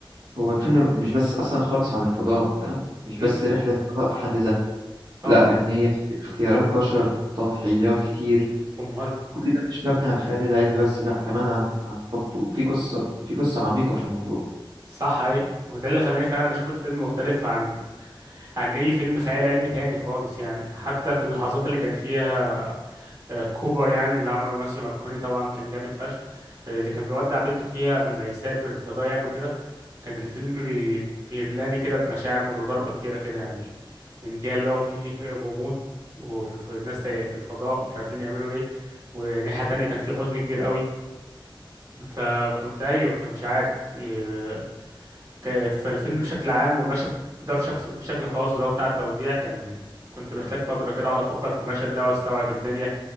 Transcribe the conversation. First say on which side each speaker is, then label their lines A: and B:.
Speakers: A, on the right; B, on the right.
A: هو الفيلم مش بس اصلا خالص عن الفضاء فاهم مش
B: م.
A: بس رحلة فضاء في حد ذاتها
B: طبعا
A: لا لكن هي اختيارات بشر تضحيات كتير
B: امال
A: وكل ده مش مبني على الخيال العلمي بس لا كمان عن عن حب وفي قصة في قصة عميقة في الموضوع
B: صح اي وده اللي خلاني فعلا اشوف الفيلم مختلف عن عن اي فيلم خيال علمي تاني خالص يعني حتى في اللحظات اللي كان فيها آه، كوبر يعني اللي عمله ماسيو ماكهوني طبعا كان جامد فشخ اللي كان بيودع بنته فيها قبل ما يسافر الفضاء يعني وكده كان الفيلم بي... بيملاني كده بمشاعر متضاربة كتيرة كده يعني من جهة اللي هو فيه غموض وفي الف... الناس تايه في الفضاء مش عارفين يعملوا ايه وناحية تانية كان فيه حزن كبير قوي فكنت ايوه فمش عارف إيه، ك- فالفيلم بشكل عام والمشهد ده بشخص بشكل خاص ده بتاع التوديع كان كنت محتاج فترة كده اقعد افكر في المشهد ده واستوعب الدنيا